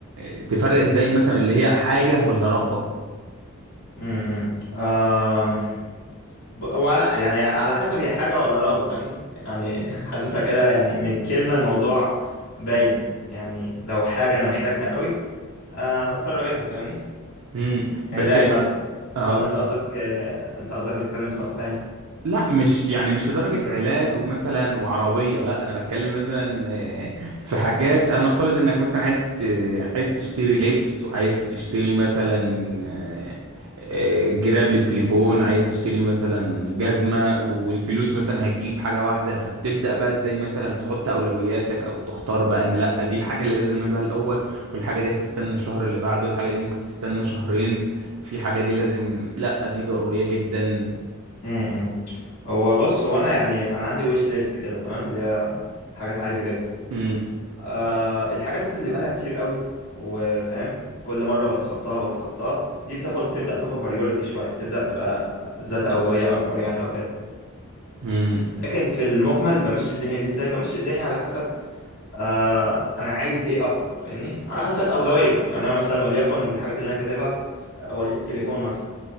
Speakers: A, on the right (about 85°); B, on the left (about 65°).
A: آه، تفرق ازاي مثلا اللي هي حاجة ولا رغبة
B: امم آم، ب- وعلى ح- يعني على حسب هي حاجة ولا رغبة فاهمني يعني <laughs> حاسسها كده يعني من الكلمة الموضوع باين يعني لو حاجة أنا محتاجها قوي آه هضطر أجيبها فاهمني
A: امم بس
B: علاج مثلا
A: اه
B: ولا أنت قصدك آه أنت قصدك بتتكلم في نقطة تانية
A: لا مش يعني مش لدرجة علاج ومثلا وعربية لا انا بتكلم مثلا آه، في حاجات انا افترض انك مثلا عايز ت- عايز تشتري لبس وعايز تشتري مثلا آه، آه، جراب للتليفون عايز تشتري مثلا جزمة والفلوس مثلا هتجيب حاجة واحدة فبتبدأ بقى ازاي مثلا تحط اولوياتك او تختار بقى ان لا دي الحاجة اللي لازم اجيبها الاول والحاجة دي هتستنى الشهر اللي بعده الحاجة دي ممكن تستنى شهرين في حاجة دي لازم لا دي ضرورية جدا
B: امم هو بص هو انا يعني انا عندي ويش ليست كده تمام اللي هي حاجات عايز اجيبها
A: مم.
B: آه الحاجات مثلا اللي بقالها كتير قوي وفاهم كل مره بتخطاها بتخطاها دي بتاخد تبدا تاخد بريوريتي شويه تبدا تبقى ذات اولويه اكبر يعني او كده
A: امم
B: لكن في المجمل بمشي الدنيا دي ازاي بمشي الدنيا على حسب آه انا عايز ايه اكتر فاهمني على حسب اولويه يعني انا مثلا وليكن من الحاجات اللي انا كاتبها آه، ولي- تليفون مثلا